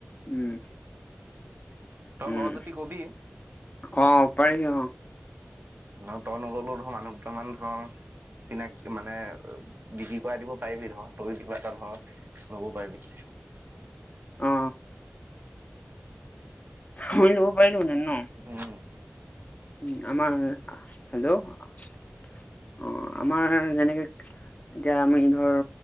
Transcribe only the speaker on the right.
তই
ল যদি কবি
নহ তই নললেও ধ মানুহ দুটামান ধৰ চিনাকি মানে বিক্ৰী কৰাই দিব পাৰিবি নৰক তই কিবা এটা ধৰক ল'ব পাৰিবি
উম